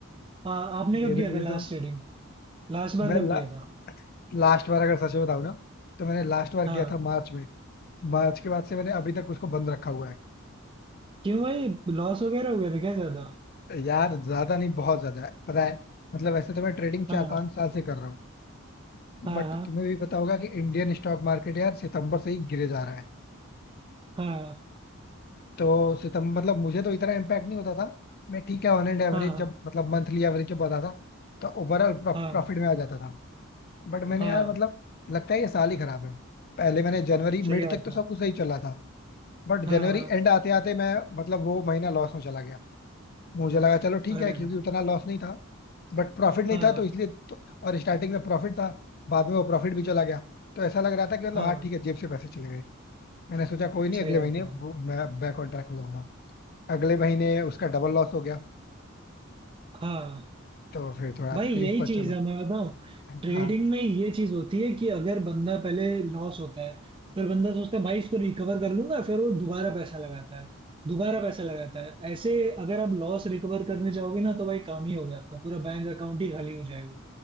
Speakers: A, on the right; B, on the left.
A: आ, आपने
B: मेरे
A: कब किया
B: लिए
A: था लास्ट
B: तो
A: ट्रेडिंग लास्ट बार
B: मैं ला,
A: कब किया था
B: लास्ट बार अगर सच में बताऊँ ना तो मैंने लास्ट बार
A: हाँ
B: किया था मार्च में मार्च के बाद से मैंने अभी तक उसको बंद रखा हुआ है
A: क्यों भाई लॉस वगैरह हो गया था क्या ज्यादा
B: यार ज्यादा नहीं बहुत ज्यादा है पता है मतलब वैसे तो मैं ट्रेडिंग
A: हाँ
B: चार पांच साल से कर रहा हूँ
A: हाँ
B: बट तुम्हें भी पता होगा कि इंडियन स्टॉक मार्केट यार सितंबर से ही गिरे जा रहा है
A: हाँ
B: तो सितंबर मतलब मुझे तो इतना इम्पैक्ट नहीं होता था मैं ठीक है ऑन एंड एवरेज
A: हाँ हाँ
B: जब मतलब मंथली एवरेज जब आता था तो ओवरऑल प्रॉफिट
A: हाँ
B: में आ जाता था बट मैंने
A: हाँ
B: यार मतलब लगता है ये साल ही खराब है पहले मैंने जनवरी
A: सही
B: मिड
A: बात
B: तक तो
A: है
B: सब कुछ सही चला था बट
A: हाँ
B: जनवरी
A: हाँ
B: एंड आते आते मैं मतलब वो महीना लॉस में चला गया मुझे लगा चलो ठीक
A: अरे
B: है क्योंकि
A: भाई
B: उतना लॉस नहीं था बट प्रॉफिट नहीं
A: हाँ
B: था तो इसलिए तो, और स्टार्टिंग में प्रॉफिट था बाद में वो प्रॉफिट भी चला गया तो ऐसा लग रहा था कि मतलब
A: हाँ
B: हाँ ठीक है जेब से पैसे चले गए मैंने सोचा कोई नहीं
A: सही
B: अगले महीने
A: बात
B: वो-
A: है
B: मैं बैक ऑन ट्रैक हो जाऊंगा अगले महीने उसका डबल लॉस हो गया
A: हाँ
B: तो फिर थोड़ा
A: भाई
B: तकलीफ
A: यही
B: में
A: चीज
B: चलो
A: है मैं बताऊं ट्रेडिंग
B: हाँ
A: में ये चीज होती है कि अगर बंदा पहले लॉस होता है फिर बंदा सोचता है भाई इसको रिकवर कर लूंगा फिर वो दोबारा पैसा लगाता है दोबारा पैसा लगाता है ऐसे अगर आप लॉस रिकवर करने जाओगे ना तो भाई काम ही हो गया आपका पूरा बैंक अकाउंट ही खाली हो जाएगा